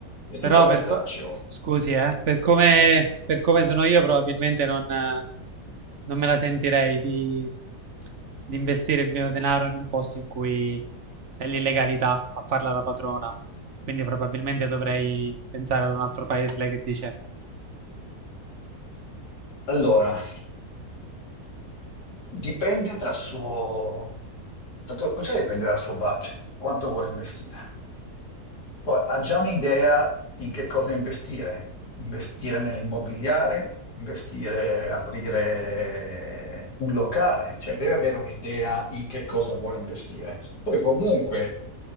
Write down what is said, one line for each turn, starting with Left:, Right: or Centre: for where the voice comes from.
Left: è
Right: Però
Left: tutto cartaceo.
Right: per co- scusi, eh, per come, per come sono io probabilmente non, eh, non me la sentirei di, di investire il mio denaro in un posto in cui è l'illegalità a farla da padrona. Quindi probabilmente dovrei pensare ad un altro paese, lei che dice,
Left: Allora, dipende dal suo, tanto cominciare dipende dal suo budget, quanto vuole investire. Poi ha già un'idea in che cosa investire, investire nell'immobiliare, investire, aprire un locale, cioè deve avere un'idea in che cosa vuole investire. Poi comunque,